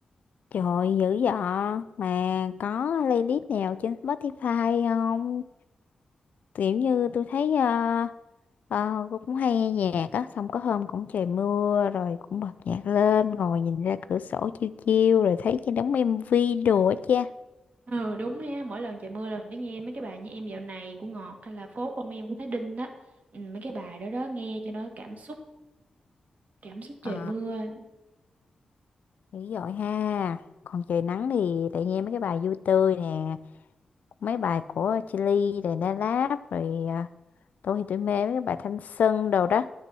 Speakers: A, on the left (about 70°); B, on the right (about 65°).
A: trời dữ dọ mà có playlist nào trên Spotify không kiểu như tôi thấy ờ, Ờ, cô cũng hay nghe nhạc á, xong có hôm cũng trời mưa rồi cũng bật nhạc lên, ngồi nhìn ra cửa sổ chiêu chiêu rồi thấy cái đống MV đồ á cha.
B: ừ đúng ha mỗi lần trời mưa là phải nghe mấy cái bài như em dạo này của Ngọt hay là phố không em của Thái Đinh đó ừ, mấy cái bài đó đó nghe cho nó cảm xúc cảm xúc
A: Ờ,
B: trời mưa
A: dữ dội ha. Còn trời nắng thì lại nghe mấy cái bài vui tươi nè, mấy bài của Chillies rồi Da Lab rồi à, tôi thì tôi mê mấy cái bài Thanh Xuân đồ đó